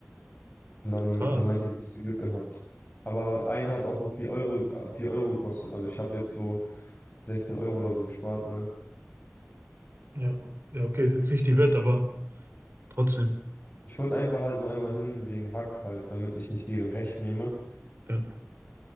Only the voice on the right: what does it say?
krass.
Ja. Ja, okay, ist jetzt nicht die Welt, aber trotzdem.
Ja.